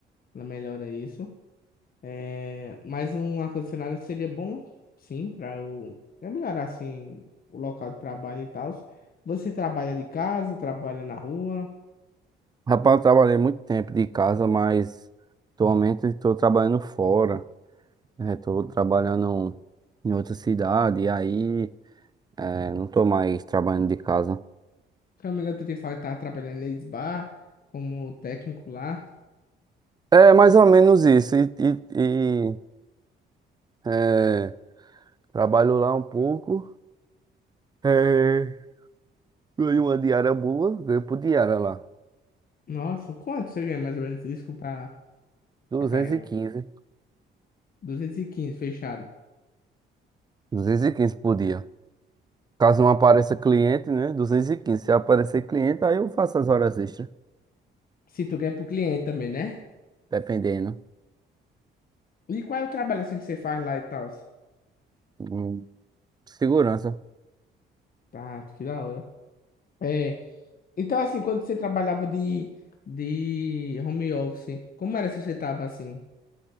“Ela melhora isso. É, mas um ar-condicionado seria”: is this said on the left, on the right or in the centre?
Left